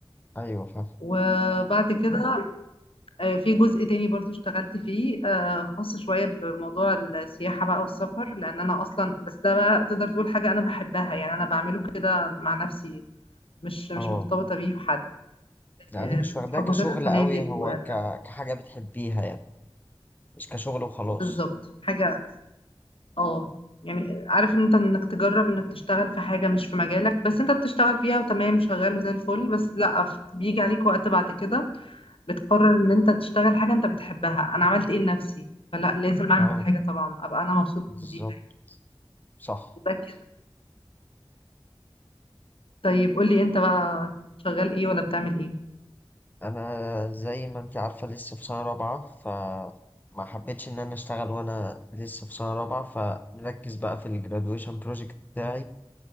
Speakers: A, on the left; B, on the left.
A: ايوه فاهم
B: وبعد كده آه، في جزء تاني برضو اشتغلت فيه آه، خاص شوية بموضوع السياحة بقى والسفر لأن أنا أصلا بس ده بقى تقدر تقول حاجة أنا بحبها يعني أنا بعمله كده مع نفسي مش مش
A: اه
B: مرتبطة بيه بحد
A: يعني
B: آه،
A: مش واخداه
B: حجوزات
A: كشغل
B: الفنادق
A: قوي هو
B: و-
A: ك... كحاجه بتحبيها يعني مش كشغل وخلاص
B: بالظبط حاجة اه يعني عارف ان انت انك تجرب انك تشتغل في حاجة مش في مجالك بس انت بتشتغل فيها وتمام شغال وزي الفل بس لا ف- بيجي عليك وقت بعد كده بتقرر ان انت تشتغل حاجة انت بتحبها انا عملت ايه لنفسي فلا لازم اعمل
A: اه
B: حاجة طبعا ابقى انا مبسوط
A: بالظبط
B: بيها
A: صح
B: ده كده طيب قولي انت بقى شغال ايه ولا بتعمل ايه
A: انا زي ما انت عارفه لسه في سنه رابعه فما حبيتش ان انا اشتغل وانا لسه في سنه رابعه فمركز بقى في الجرادويشن بروجكت بتاعي